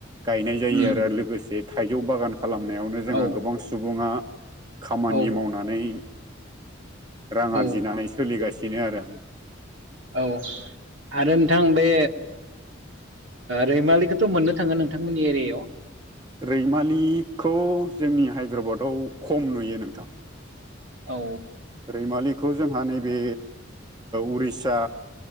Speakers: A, on the right; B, on the right.
A: गायनाय जायो
B: उम
A: आरो लोगोसे थाइजौ बागान खालामनायावनो। जोंहा
B: औ
A: गोबां सुबुङा खामानि
B: औ
A: मावनानै। रां
B: औ
A: आरजिनानै सोलिगासिनो आरों।
B: औ आरो नोंथां बे रैमालिखौथ' मोननो थाङो नोंथांमोननि एरियायाव
A: रैमालिखौ जोंनि हायद्राबादाव खम नुयो नोंथां।
B: औ
A: रैमालिखौ जोंहा नैबे उरिसा